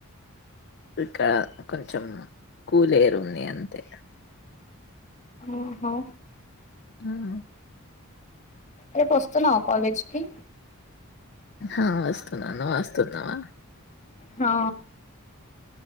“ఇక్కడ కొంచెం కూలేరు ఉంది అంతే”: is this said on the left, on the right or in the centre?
Left